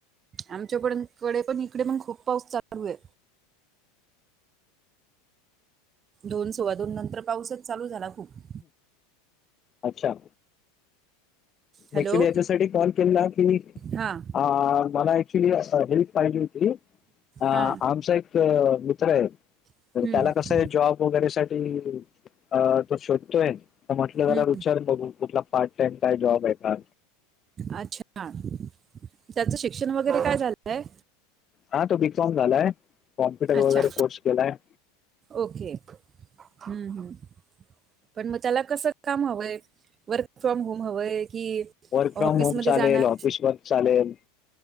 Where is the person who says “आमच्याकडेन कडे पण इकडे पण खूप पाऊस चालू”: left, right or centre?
Right